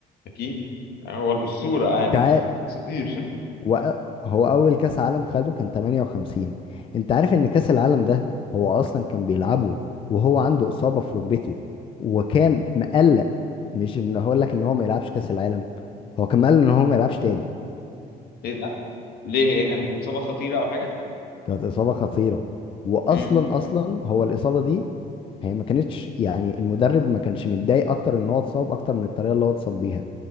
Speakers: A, on the left (about 70°); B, on the left (about 30°).
A: اكيد هو الاسطوره يعني
B: انت عا...
A: مش اساطير
B: وأ- هو اول كاس عالم خده كان 58 انت عارف ان كاس العالم ده هو اصلا كان بيلعبه وهو عنده اصابة في ركبته وكان مقلق مش ان هقول لك ان هو ما يلعبش كاس العالم هو كان مقلق ان هو ما يلعبش تاني
A: <laughs> ايه ده ليه هي كانت اصابه خطيره او حاجه
B: كانت اصابة خطيرة واصلا
A: امم
B: اصلا هو الاصابة دي هي ما كانتش يعني المدرب ما كانش متضايق اكتر ان هو اتصاب اكتر من الطريقة اللي هو اتصاب بيها